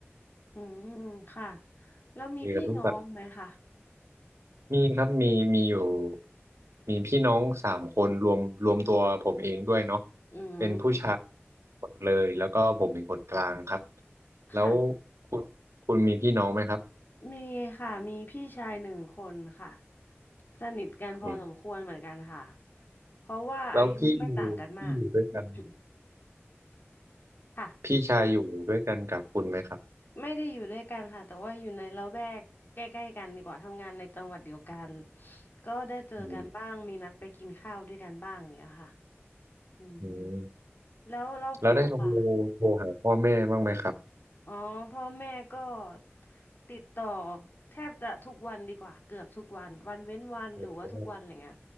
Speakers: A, on the left; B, on the right.
A: อืมค่ะแล้วมีพี่น้องไหมคะ
B: คุยกันทุกสัป มีครับมีมีอยู่มีพี่น้องสามคนรวมรวมตัวผมเองด้วยเนาะ
A: อืม
B: เป็นผู้ชายหมดเลยแล้วก็ผมเป็นคนกลางครับ
A: ค่ะ
B: แล้วคุณคุณมีพี่น้องไหมครับ
A: มีค่ะมีพี่ชายหนึ่งคนค่ะสนิทกันพอสมควรเหมือนกันค่ะ
B: อืม
A: เพราะว่าอายุไม่ต่างกันมาก
B: แล้วพี่อยู่พี่อยู่ด้วยกัน
A: <coughs> ค่ะ
B: พี่ชายอยู่ด้วยกันกับคุณไหมครับ
A: ไม่ได้อยู่ด้วยกันค่ะแต่ว่าอยู่ในละแวกใกล้ๆกันดีกว่าทำงานในจังหวัดเดียวกันก็ได้เจอกันบ้างมีนัดไปกินข้าวด้วยกันบ้างอย่างเงี้ยค่ะ
B: อืม
A: อืม
B: อืม
A: แล้วแล้วคุณล่ะคะ
B: แล้วได้โทรโทรหาพ่อแม่บ้างไหมครับ
A: อ๋อพ่อแม่ก็ติดต่อแทบจะทุกวันดีกว่าเกือบทุกวันวันเว้นวันหรือว่าทุกวันอะไรเงี้ย
B: โอ้โห